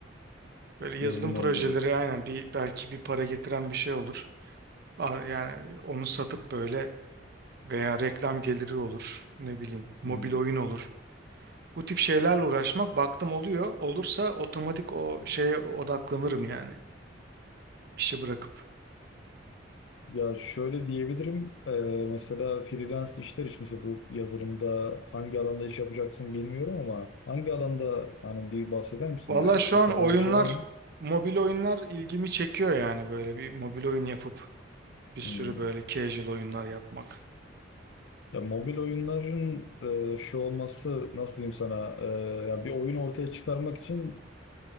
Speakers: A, on the right (about 55°); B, on the left (about 70°).
A: Böyle
B: Yazılımla
A: yazılım projeleri
B: ilgili.
A: aynen bir belki bir para getiren bir şey olur. Ar- Yani onu satıp böyle veya reklam geliri olur. Ne bileyim mobil
B: Hmm.
A: oyun olur. Bu tip şeylerle uğraşmak baktım oluyor. Olursa otomatik o şeye odaklanırım yani. İşi bırakıp.
B: Ya şöyle diyebilirim. e, mesela freelance işler için mesela bu yazılımda hangi alanda iş yapacaksın bilmiyorum ama hangi alanda hani bir bahseder misin
A: Valla
B: böyle
A: şu
B: bir
A: an
B: kafanda
A: oyunlar,
B: bir şey var mı?
A: mobil oyunlar ilgimi çekiyor yani böyle bir mobil oyun yapıp Bir sürü
B: Hmm.
A: böyle casual oyunlar yapmak.
B: Ya mobil oyunların e, şu olması nasıl diyeyim sana e, ya bir oyun ortaya çıkarmak için